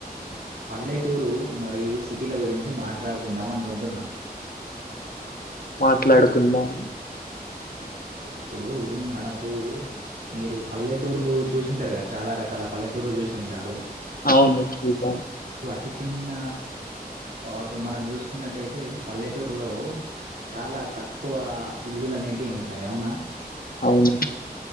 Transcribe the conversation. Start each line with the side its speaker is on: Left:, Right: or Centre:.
Right: పల్లెటూరు మరియు సిటీల గురించి మాట్లాడుకుందాం అనుకుంటున్నా
Left: మాట్లాడుకున్నాం
Right: ఇప్పుడు మనకు మీరు పల్లెటూర్లు చూసింటారు. కదా చాలా రకాల పల్లెటూరు రు చేసింట్రు
Left: అవును చూద్దాం
Right: ప్రతి చిన్న ఇప్పుడు మనం చూసుకున్నట్టయితే పల్లెటూరులో చాలా తక్కువ ఇల్లుల అనేటివి ఉంటాయి. అవునా
Left: అవును